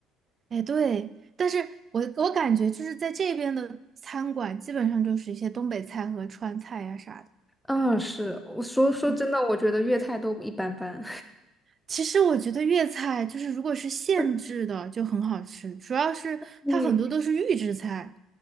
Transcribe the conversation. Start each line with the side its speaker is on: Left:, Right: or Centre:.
Right: 哎，对，但是我我感觉就是在这边的餐馆，基本上就是一些东北菜和川菜呀、啥的。
Centre: 嗯，是，我说说真的，
Right: 嗯，
Centre: 我觉得粤菜都一般般。
Right: 其实我觉得粤菜就是如果是现制的就很好吃，
Centre: <laughs>
Right: 主要是它很多都是预制菜。
Centre: 嗯，